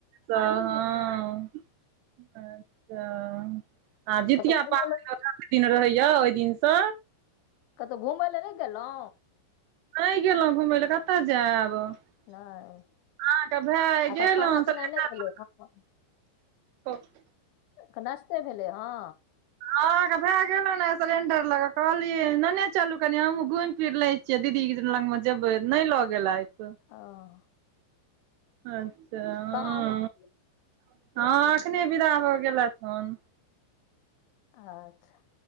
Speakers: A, on the right (about 80°); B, on the left (about 85°).
A: हँ अच्छा आ जितिया
B: कतहु घुमय
A: पाबनि
B: लए
A: ओत दिन रहिय ओहि दिन से।
B: कतहु घुमय लए नहि गेलों
A: नै गेलोअ घुमै लऽ कत जैब। <inaudible> अहाँ
B: नहि
A: कऽ भैय आए
B: एकर
A: गेल
B: खाना
A: ह
B: पीना
A: सिलेंडर
B: नहि भेलै
A: लऽ कऽ
B: हँ
A: <inaudible> <unintelligible>
B: अखैन नाश्ते भेलै हँ।
A: अहाँ कऽ भैय गेल न सिलेंडर लऽ कऽ कहलीए लनै चलू कनि हमहूँ घुम फिर लै छी। जे दीदी लग में जेबैय नै लऽ गेलैयत।
B: हँ
A: अच्छा -
B: <unintelligible>
A: <inaudible> हँ अखने विदा भऽ गेलैथ हन <inaudible>
B: अच्छा